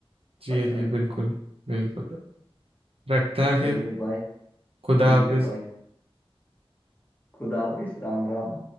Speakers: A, on the right; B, on the left.
A: जी
B: पर्सनल
A: जी बिल्कुल
B: है
A: बिल्कुल रखते हैं
B: चलिए
A: फिर
B: बाय
A: खुदा
B: ठीक
A: हाफिज
B: है बाय खुदा हाफिज राम राम